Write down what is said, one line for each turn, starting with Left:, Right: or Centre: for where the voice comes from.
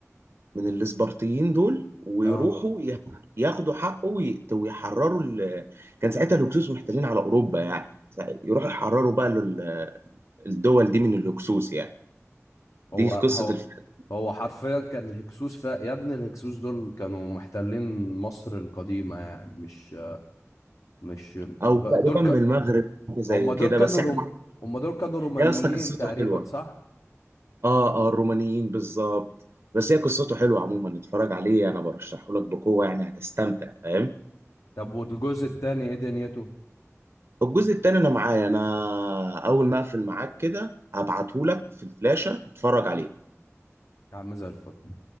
Right: من الاسبرطيين دول ويروحوا
Left: اه
Right: ي- ياخدوا حقه ويقت- ويحرروا ال... كان ساعتها الهكسوس محتلين على اوروبا يعني سا- يروحوا يحرروا بقى ال- الدول دي من الهكسوس يعني
Left: هو
Right: دي في قصه
Left: هو
Right: الفيلم
Left: هو حرفيا كان الهكسوس ف... يا ابني الهكسوس دول كانوا محتلين مصر القديمة يعني مش مش
Right: او تقريبا
Left: دول
Right: من المغرب حاجة زي
Left: هم
Right: كده
Left: دول كانوا
Right: بس يعني
Left: روم هم دول كانوا رومانيين
Right: يا اسطى قصته
Left: تقريبا
Right: حلوه
Left: صح؟
Right: اه اه الرومانيين بالظبط بس هي قصته حلوه عموما اتفرج عليه انا برشحه لك بقوه يعني هتستمتع فاهم
Left: طب والجزء التاني ايه دنيته؟
Right: الجزء التاني انا معايا انا اول ما اقفل معاك كده هبعته لك في الفلاشه اتفرج عليه
Left: يا عم زي الفل